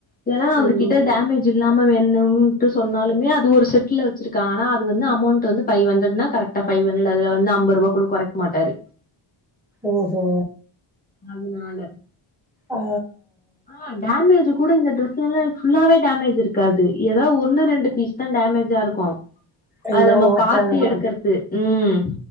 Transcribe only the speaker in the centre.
ம் ம்
ஓஹோ
ஆ
எங்கன்னா
ஓட்ட
அந்த மாரி